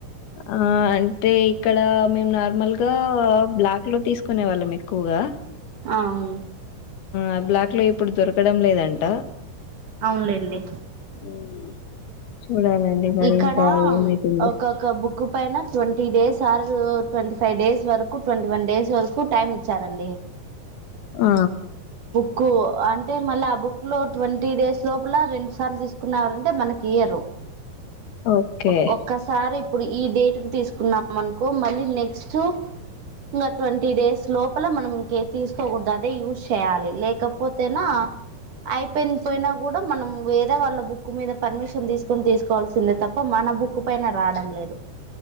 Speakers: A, on the left; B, on the right.
A: ఆ అంటే ఇక్కడ మేము నార్మల్గా బ్లాక్ లో తీసుకునే వాళ్ళం ఎక్కువగా
B: అవును
A: ఆ బ్లాక్లో ఇప్ ఇప్పుడు దొరకడం లేదంట
B: అవునులేండి
A: మ్మ్ చూడాలండి మరి
B: ఇక్కడ
A: ఇంకా ఏమైతుందో
B: ఒకొక్క బుక్ పైన ట్వంటీ డేస్ అల్ కు ట్వంటీ ఫైవ్ డేస్ వరకు ట్వంటీ వన్ డేస్ వరకు టైమ్ ఇచ్చారండి
A: ఆ
B: బుక్ అంటే మళ్ళ ఆ బుక్ లో ట్వంటీ డేస్ లోపల రెండు సార్లు తీసుకున్నరంటే మన కియరు
A: ఓకే
B: ఓ ఒక్కసారి ఇప్పుడు ఈ డేట్ కు తీసుకున్నాం అనుకో మళ్ళీ నెక్స్ట్ ఇంగా ట్వంటీ డేస్ లోపల మనం ఇంక తీసుకోకూడదు అదే యూస్ చేయాలి లేకపోతేనా అయిపోయినపోయినా కూడా మనం వేరే వాళ్ళ బుక్ మీద పర్మిషన్ తీసుకొని తీసుకు కోవాల్సిందే తప్ప మన బుక్ పైన రాడం లేదు